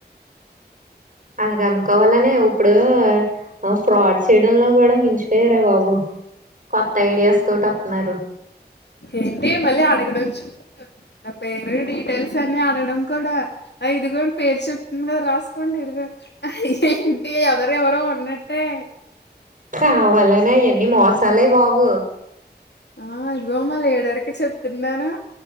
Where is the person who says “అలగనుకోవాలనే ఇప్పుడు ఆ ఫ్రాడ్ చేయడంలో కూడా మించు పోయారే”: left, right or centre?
Right